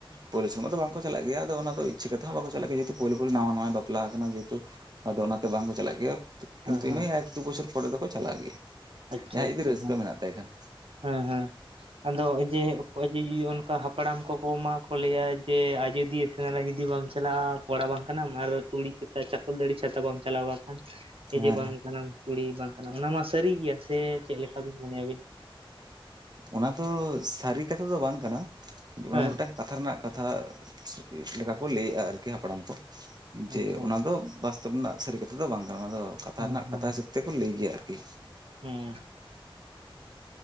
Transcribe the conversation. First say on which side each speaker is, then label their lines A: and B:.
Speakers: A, on the right (about 45°); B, on the right (about 75°).
A: ᱯᱳᱭᱞᱳ ᱥᱮᱨᱢᱟ ᱫᱚ ᱵᱟᱝ ᱠᱚ ᱪᱟᱞᱟᱜ ᱜᱮᱭᱟ ᱟᱫᱚ ᱚᱱᱟ ᱫᱚ ᱤᱪᱪᱷᱟᱹ ᱠᱟᱛᱮ ᱦᱚᱸ ᱵᱟᱠᱚ ᱪᱟᱞᱟᱜ ᱜᱮᱭᱟ ᱡᱮᱦᱮᱛᱩ ᱯᱩᱭᱞᱩ ᱯᱩᱭᱞᱩ ᱱᱟᱣᱟ ᱱᱟᱣᱟ ᱵᱟᱯᱞᱟ ᱟᱠᱟᱱᱟ ᱡᱮᱦᱮᱛᱩᱼᱼ ᱟᱫᱚ ᱚᱱᱟ ᱛᱮ ᱵᱟᱝ ᱠᱚ ᱪᱟᱞᱟᱜ ᱜᱮᱭᱟ ᱠᱤᱱᱛᱩ
B: ᱦᱮᱸ ᱦᱮᱸ
A: ᱤᱱᱟᱹ ᱮᱠ ᱫᱩ ᱵᱚᱪᱷᱚᱨ ᱯᱚᱨᱮ ᱫᱚ ᱠᱚ ᱪᱟᱞᱟᱜ ᱜᱮᱭᱟ᱾
B: ᱟᱪᱪᱷᱟ
A: ᱡᱟᱦᱟᱸᱭ
B: ᱦᱮᱸ
A: ᱟᱜ ᱡᱩᱫᱤ
B: ᱦᱮᱸ
A: ᱨᱟᱹᱥᱠᱟᱹ ᱢᱮᱱᱟᱜ ᱛᱟᱭ ᱠᱷᱟᱱ᱾
B: ᱦᱮᱸ ᱦᱮᱸ ᱟᱫᱚ ᱡᱮ <unintelligible> ᱚᱱᱠᱟ ᱦᱟᱯᱲᱟᱢ ᱠᱚᱠᱚ ᱢᱟᱠᱚ ᱞᱟᱹᱭᱟ ᱡᱮ ᱟᱡᱚᱫᱤᱭᱟᱹᱼᱼ ᱥᱮᱸᱫᱽᱨᱟ ᱡᱩᱫᱤ ᱵᱟᱢ ᱪᱟᱞᱟᱜᱼᱟ ᱠᱚᱲᱟ ᱵᱟᱝ ᱠᱟᱱᱟᱢ ᱟᱨ ᱠᱩᱲᱤ ᱪᱮᱛᱟ ᱪᱟᱠᱚᱞ ᱛᱟᱲᱤ ᱪᱷᱟᱛᱟ ᱵᱟᱢ ᱪᱟᱞᱟᱣ ᱵᱟᱠᱷᱟᱱ ᱮ
A: ᱦᱮᱸ
B: ᱡᱮ ᱵᱟᱝ ᱠᱟᱱᱟ ᱠᱩᱲᱤ ᱵᱟᱝ ᱠᱟᱱᱟᱢ ᱾ ᱚᱱᱟ ᱢᱟ ᱥᱟᱹᱨᱤ ᱜᱮᱭᱟ ᱥᱮ ᱪᱮᱫ ᱞᱮᱠᱟ ᱵᱤᱱ ᱢᱚᱱᱮᱭᱟ ᱟᱵᱤᱱ?
A: ᱚᱱᱟ ᱫᱚ ᱥᱟᱹᱨᱤ ᱠᱟᱛᱷᱟ ᱫᱚ ᱵᱟᱝ ᱠᱟᱱᱟ, ᱚᱱᱟ
B: ᱦᱮᱸ
A: ᱫᱚ ᱢᱤᱫᱴᱟᱝᱼᱼ ᱠᱟᱛᱷᱟ ᱨᱮᱱᱟᱜ ᱠᱟᱛᱷᱟ ᱛᱮᱫ ᱞᱮᱠᱟ ᱠᱚ ᱞᱟᱹᱭᱮᱫᱼᱟ ᱟᱨᱠᱤ ᱠᱤ ᱦᱟᱯᱲᱟᱢ ᱠᱚ ᱡᱮ
B: ᱟᱪᱪᱷᱟ
A: ᱚᱱᱟ ᱫᱚ ᱵᱟᱥᱛᱚᱵ ᱨᱮᱱᱟᱜ ᱥᱟᱹᱨᱤ ᱠᱟᱛᱷᱟ ᱫᱚ ᱵᱟᱝ ᱠᱟᱱᱟ ᱚᱱᱟ ᱫᱚ ᱠᱟᱛᱷᱟ
B: ᱦᱮᱸ
A: ᱨᱮᱱᱟᱜ
B: ᱦᱮᱸ
A: ᱠᱟᱛᱷᱟ ᱦᱤᱥᱟᱹᱵᱼᱼ ᱛᱮᱠᱚ ᱞᱟᱹᱭ ᱜᱮᱭᱟ ᱟᱨᱠᱤᱼᱼ
B: ᱦᱮᱸ